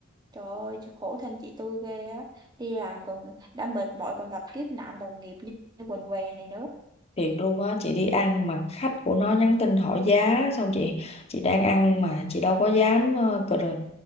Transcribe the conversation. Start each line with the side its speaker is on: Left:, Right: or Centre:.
Right: trời ơi khổ thân chị tôi ghê á đi làm còn đã mệt mỏi còn gặp kiếp nạn đồng nghiệp như, như quần què này nữa
Left: thiệt luôn á chị đi ăn mà khách của nó nhắn tin hỏi giá xong chị chị đang ăn mà chị đâu có dám ờ, cờ-